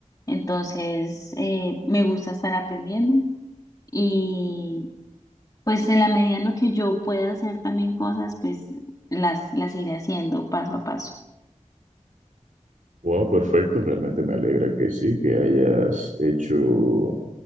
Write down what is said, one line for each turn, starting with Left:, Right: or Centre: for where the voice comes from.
Left: Entonces, eh, me gusta estar aprendiendo y pues en la medida en lo que yo pueda hacer también cosas, pues las, las iré haciendo paso a paso.
Right: Wow, perfecto, realmente me alegra que sí, que hayas hecho